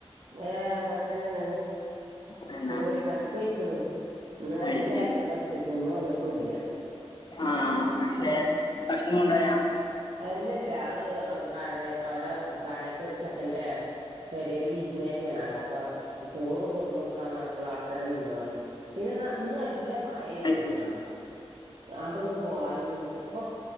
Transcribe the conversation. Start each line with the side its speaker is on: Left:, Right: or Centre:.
Right: ഏഹ് ഇബടെത്തന്നെണ്
Left: പിന്നെ
Right: പോയി പണിക്കോഴിക്ക്ണു ഇന്ന് എന്നും
Left: അത് ശരി
Right: വേര്ന്നതാ ഉച്ചക്ക്ക് ഇന്ന് വന്നിട്ടൂല്ല
Left: ആഹ്അന്റെ ഭക്ഷണം കൊണ്ടായ
Right: അല്ല ല്ല അഹ് കട അവിടെ കടയത്ത ഒരു ചെക്കൻറ പെരേൽ വിരുന്നെറ്റേണലാ അപ്പൊ ചോറ് കൊടുന്നൊടുക്കാന്ന്ണപ്പോൾ അവിടെത്തന്നെ നിന്നതാണ് പിന്നെ ഇന്ന നല്ല മഴല്ലേന്നാ
Left: അത് ശരി
Right: അത കൂടെ പോവാനൊന്നും പറ്റും ഇപ്പ